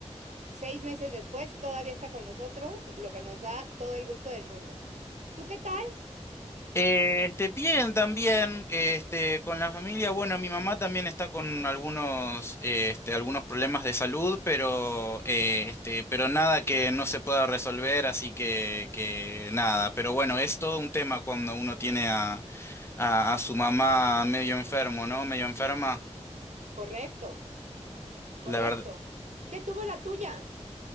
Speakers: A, on the right; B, on the left.
A: Seis meses después, todavía está con nosotros, lo que nos da todo el gusto del mundo. ¿Tú qué tal?
B: Eh, Este, bien, también, eh, este, con la familia, bueno, mi mamá también está con algunos, eh, este, algunos problemas de salud, pero, eh, este, pero nada que no se pueda resolver, así que, que nada. Pero bueno, es todo un tema cuando uno tiene a, a, a su mamá medio enfermo, ¿no? Medio enferma.
A: Correcto, correcto.
B: La verdad,
A: ¿Qué tuvo la tuya?